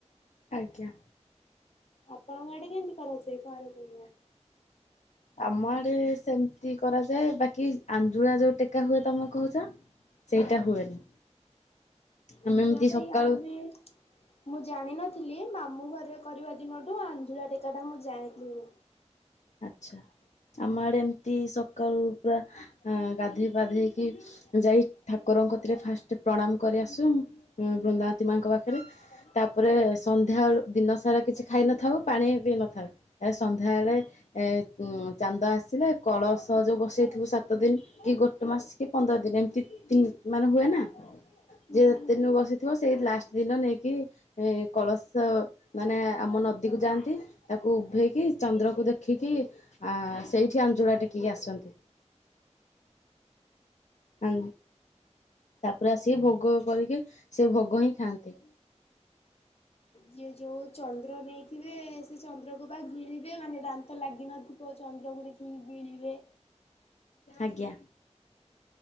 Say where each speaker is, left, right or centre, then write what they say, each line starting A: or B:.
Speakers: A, on the left; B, on the left.
A: ଆଜ୍ଞା‌।
B: ଆପଣଙ୍କ ଆଡ଼େ କେନ୍ତି କରାଯାଏ କୁଆଁର ପୁର୍ଣିମା?
A: ଆମ ଆଡ଼େ ସେମତି କରାଯାଏ ବାକି ଆଞ୍ଜୁଳା ଯୋଉ ଟେକା ହୁଏ ତମେ କୋହୁଚ ସେଇଟା ହୁଏନି। ଆମେ
B: ଆଞ୍ଜୁଳାଟା
A: ଏମିତି ସକାଳୁ
B: ଇଆଡ଼େ ବି ମୁଁ ଜାଣିନଥିଲି ମାମୁଁ ଘରେ କରିବା ଦିନ ଠୁ ଆଞ୍ଜୁଳା ଟେକାଟା ମୁଁ ଯାଣିଲିଣି।
A: ଆଚ୍ଛା ଆମ ଆଡ଼େ ଏମତି ସକାଳୁ ପୁରା ଅଁ ଗାଧେଇ ପାଧେଇକି ଯାଇ ଠାକୁରଙ୍କ କତିରେ ଫାଷ୍ଟ ପ୍ରଣାମ କରି ଆସୁ ଉଁ ବୃନ୍ଦାବତୀ ମାଙ୍କ ପାଖରେ ତାପରେ ସନ୍ଧ୍ୟାଅଳୁ ଦିନ ସାରା କିଛି ଖାଇନଥାଉ ପାଣି ପିଇ ନଥାଉ ଏ ସନ୍ଧ୍ୟାଏଳେ ଏ ଉଁ ଚାନ୍ଦ ଆସିଲେ କଳସ ଯୋଉ ବସେଇଥିବୁ ସାତ ଦିନ କି ଗୋଟେ ମାସ କି ପନ୍ଦର ଦିନ ଏମତି ତି ମାନେ ହୁଏ ନାଁ ଯିଏ
B: ହୁଁ
A: ଯେତେ
B: ହୁଁ
A: ଦିନରୁ ବସିଥିବ ସେଇ ଲାଷ୍ଟ ଦିନ ନେଇକି ଏ କଳସ ମାନେ ଆମ ନଦୀକୁ ଯାଆନ୍ତି ତାକୁ ଉଭେଇକି ଚନ୍ଦ୍ରକୁ ଦେ ଖିକି ଆ ସେଇଠି ଆଞ୍ଜୁଳା ଟେକିକି ଆସନ୍ତି। ଆଁ ତାପରେ ଆସିକି ଭୋଗ କରିକି ସେଇ ଭୋଗ ହିଁ ଖାଆନ୍ତି।
B: ଯିଏ ଯୋଉ ଚନ୍ଦ୍ର ନେଇଥିବେ ସେ ଚନ୍ଦ୍ରକୁ ବା ଗିଳିବେ ମାନେ ଦାନ୍ତ ଲାଗିନଥିବ ଚନ୍ଦ୍ରକୁ ଦେଖିକି ଗିଳିବେ।
A: ଆଜ୍ଞା।